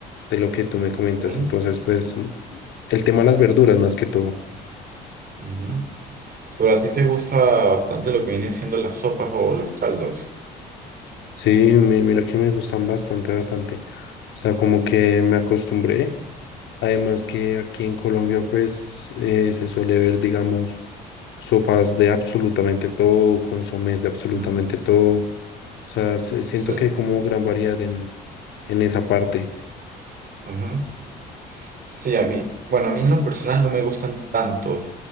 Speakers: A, on the left; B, on the right.
A: de lo que tú me comentas.
B: Ok.
A: Entonces, pues, el tema de las verduras más que todo.
B: Ujú. Pero a ti te gusta bastante lo que vienen siendo las sopas o los caldos.
A: Sí, mi- mira que me gustan bastante, bastante. O sea, como que me acostumbré. Además que aquí en Colombia, pues, eh, se suele ver, digamos, sopas de absolutamente todo, consomés de absolutamente
B: ¿no?
A: todo. O sea, se- siento
B: Sí.
A: que hay como gran variedad en, en esa parte.
B: Ujú. Sí, a mí, bueno, a mí en lo personal no me gustan tanto,